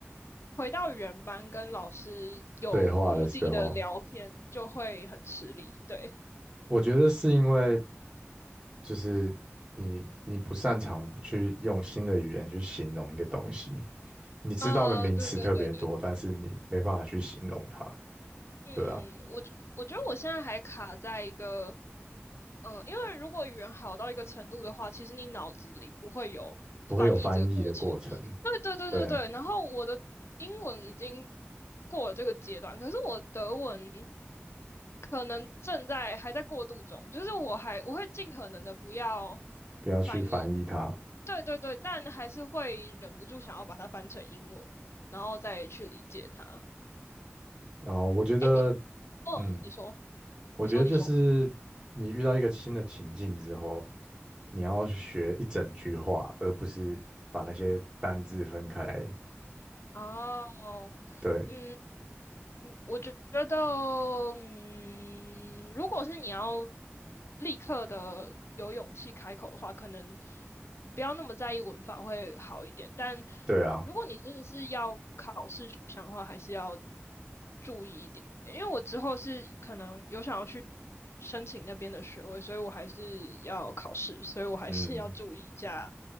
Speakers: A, on the left (about 60°); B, on the right (about 20°).
A: 回到原班跟老师有目的的聊天，
B: 对话的时候，
A: 就会很吃力。对，
B: 我觉得是因为就是你你不擅长去用新的语言去形容一个东西，你知道的名词特别多，
A: 呃，对对对
B: 但是你没办法去形容它，
A: 嗯，
B: 对啊，
A: 我我觉得我现在还卡在一个，嗯、因为如果语言好到一个程度的话，其实你脑子里不会有翻译这个过程。
B: 不会有翻译的过程，
A: 对对对对对，
B: 对，
A: 然后我的英文已经过了这个阶段，可是我德文可能正在还在过渡中，就是我还我会尽可能的不要
B: 不要去翻译它。
A: 翻译。对对对，但还是会忍不住想要把它翻成英文，然后再去理解它。
B: 然后我觉得，
A: 哎，你哦，
B: 嗯，
A: 你说。
B: 我觉得就是你遇到一个新的情境之后。
A: 你说，你说。
B: 你要去学一整句话，而不是把那些单字分开来。
A: 哦，
B: 对，
A: 嗯，我觉得，嗯，如果是你要立刻的有勇气开口的话，可能不要那么在意文法会好一点。但
B: 对啊，
A: 如果你真的是要考试取向的话，还是要注意一点。因为我之后是可能有想要去申请那边的学位，所以我还是要考试，所以我还是要注意一下
B: 嗯，